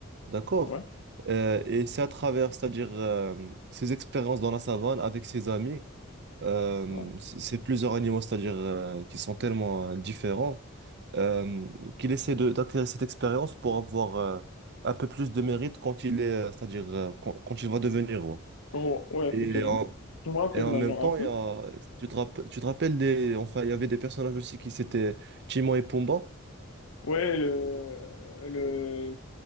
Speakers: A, on the right; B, on the left.
A: D'accord?
B: ouais,
A: Euh, et c'est à travers, c'est-à-dire euh, ses expériences dans la savane avec ses amis euh,
B: ouais.
A: c'est c'est plusieurs animaux, c'est-à-dire euh, qui sont tellement euh, différents, euh, qu'il essaie de- d'acquérir cette expérience pour avoir euh, un peu plus de mérite quand il est, euh, c'est-à-dire euh, quand, quand il va devenir roi.
B: Oh, ouais, effectivement.
A: Et en,
B: Je me rappelle
A: et en
B: maintenant
A: même temps,
B: un peu.
A: il y a, tu te rappelles, tu te rappelles des, enfin, il y avait des personnages aussi qui c'était Timon et Pumba.
B: Ouais, le, le,